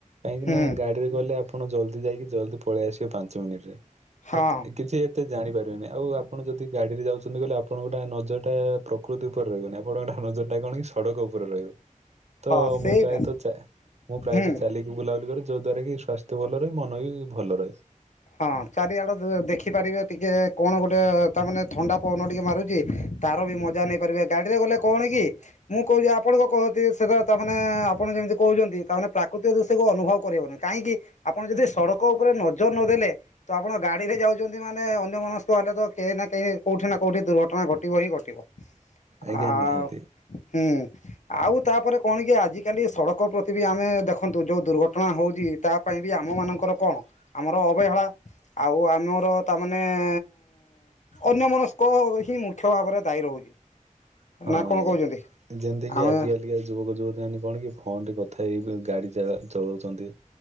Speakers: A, on the right (about 55°); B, on the left (about 60°).
A: କାହିଁକି
B: ହୁଁ
A: ନା ଗାଡିରେ ଗଲେ ଆପଣ ଜଲଦି ଯାଇକି ଜଲଦି ପଳେଇ ଆସିବେ ପାଞ୍ଚ ମିନିଟରେ।
B: ହଁ
A: କିଛି କେତେ ଜାଣିପାରିବେନି ଆଉ ଆପଣ ଯଦି ଗାଡିରେ ଯାଉଛନ୍ତି କହିଲେ ଆପଣଙ୍କଟା ନଜରଟା ପ୍ରକୃତି ଉପ ରେ ରହିବନି ଆପଣଙ୍କ ନଜରଟା କଣ କି ସଡ଼କ ଉପ ରେ ରହିବ ତ
B: ହଁ ସେଇଟା
A: ମୁଁ ପ୍ରାୟତ ଚା ମୁଁ ପ୍ରାୟତ
B: ହୁଁ
A: ଚାଲିକି ବୁଲାବୁଲି କରେ ଯୋ ଦ୍ୱାରା କି ସ୍ୱାସ୍ଥ୍ୟ ଭଲ ରହେ ମନ ବି ଭଲ ରହେ।
B: ହଁ ଚାରିଆଡ଼େ ଦେଖିପାରିବେ ଟିକେ କଣ ଗୋଟେ ତାମାନେ ଥଣ୍ଡା ପବନ ଟିକେ ମାରୁଛି। ତାର ବି ମଜା ନେଇପାରିବେ ଗାଡି ରେ ଗଲେ କଣ କି ମୁଁ କହୁଛି ଆପଣଙ୍କ କହନ୍ତି ସେଟା ତ ମାନେ ଆପଣ ଯେମିତି କହୁଛନ୍ତି ତାମାନେ ପ୍ରାକୃତିକ ଦୃଶ୍ୟକୁ ଅନୁଭବ କରିହବନି। କାହିଁକି ଆପଣ ଯଦି ସଡ଼କ ଉପରେ ନଜର ନଦେଲେ ତ ଆପଣ ଗାଡି ରେ ଯାଉଛନ୍ତି ମାନେ ଅନ୍ୟ ମନସ୍କ ହେଲେ ତ କେହି ନା କେହି କୋଉଠି ନା କୋଉଠି ଦୁର୍ଘଟଣା ଘଟିବ ହିଁ ଘଟିବ।
A: ଆଜ୍ଞା
B: ଆ
A: ନିହାତି।
B: ଉ ହୁଁ। ଆଉ ତାପରେ କଣ କି ଆଜିକାଲି ସଡକ ପ୍ରତି ବି ଆମେ ଦେଖନ୍ତୁ ଯୋଉ ଦୁର୍ଘଟଣା ହଉଛି ତା ପାଇଁ ବି ଆମ ମାନଙ୍କର କଣ? ଅ ଅବହେଳା ଆଉ ଆମର ତାମାନେ ଏ ଅନ୍ୟ ମନସ୍କ ହିଁ ମୁଖ୍ୟ ଭାବରେ ଦାୟୀ ରହୁଛି।
A: ହଁ
B: ନା
A: ଆଜ୍ଞା
B: କଣ କହୁଛନ୍ତି
A: ଯେମିତି କିି
B: ଆମେ
A: ଆଜିକାଲି ଯୁବକ ଯୁବତୀ ମାନେ କଣ କି ଫୋନ ରେ କଥା ହେଇ ଗାଡି ଚ ଚଲଉଛନ୍ତି